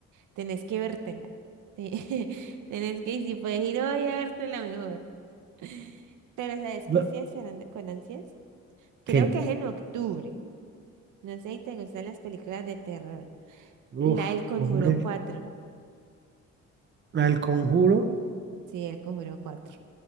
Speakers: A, on the right (about 80°); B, on the right (about 35°).
A: Tenés que vértela. Te- <laughs> Tenés que, y si puedes ir hoy a vértela mejor. <laughs> Pero ¿sabes qué
B: No,
A: estoy esperando con ansias? Creo
B: Que,
A: que es en octubre. No sé si te gustan las películas de terror. La
B: uf,
A: del Conjuro
B: hombre,
A: cuatro.
B: al conjuro,
A: Sí, el Conjuro cuatro.